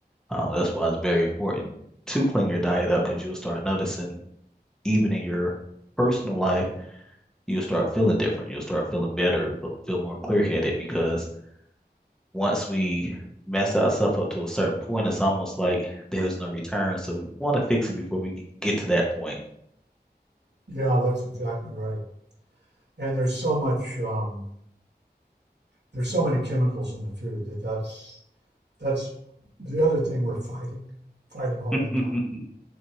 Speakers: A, in the centre; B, on the right.
A: Uh, that's why it's very important to clean your diet up because you'll start noticing, even in your personal life, you'll start feeling different. You'll start feeling better, feel feel more clear-headed because once we mess ourselves up to a certain point, it's almost like there's no return. So we want to fix it before we get to that point.
B: Yeah, that's exactly right. And there's so much, um, there's so many chemicals in the food that that's that's the other thing we're fighting, fighting all
A: <laughs>
B: the time.